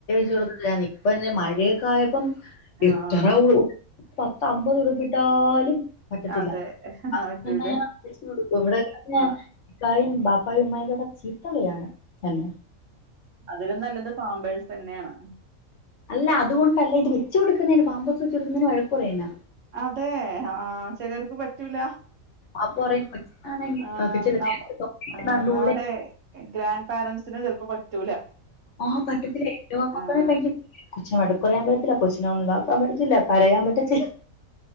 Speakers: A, on the left; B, on the right.
A: <unintelligible> ഇപ്പെഴെന്നെ മഴെക്കായപ്പം
B: ആഹ്
A: ഇത്തറാവുള്ളു പത്ത് അമ്പത് ഉടുപ്പിട്ടാലും പറ്റത്തില്ല
B: അതെ
A: അപ്പൊ
B: ആ പറ്റൂല
A: പിന്നെ തിരിച്ചു കൊടുക്കും ഇവിടെ പിന്നെ
B: ആഹ്
A: ഇക്കായും ബാ ഉപ്പായും ഉമ്മായും ഇവിടെ ചീത്തവിളിയാണ്. എന്നെ
B: അതിലും നല്ലത് പാമ്പേഴ്സ് തന്നെയാണ്
A: അല്ല അതുകൊണ്ടല്ല ഇത് വെച്ചു കൊടുക്കുന്നതിന് പാമ്പേഴ് സ് വച്ചു കൊടുക്കുന്നതിന് വഴക്ക് പറയുവാ എന്നെ.
B: അതേ ആ ആ ചിലർക്ക് പറ്റൂല
A: അപ്പൊ പറയും കൊച്ചിനാണെങ്കിൽ
B: ആഹ്
A: കൊച്ചിന്റെ
B: നമ്മ
A: ദേഹത്ത് തൊപ്പിയിരിക്കുന്ന കണ്ടൂടെ
B: നമ്മടെ ഗ്രാൻഡ് പാരൻസിന് ചിലപ്പോ പറ്റൂ
A: ആ പറ്റത്തില്ലേ <unintelligible>
B: ആഹ്
A: കൊച്ചിനെ വഴക്ക് പറയാൻ പറ്റത്തില്ല കൊച്ചി <unintelligible> പറ്റത്തില്ല കരയാൻ പറ്റത്തില്ല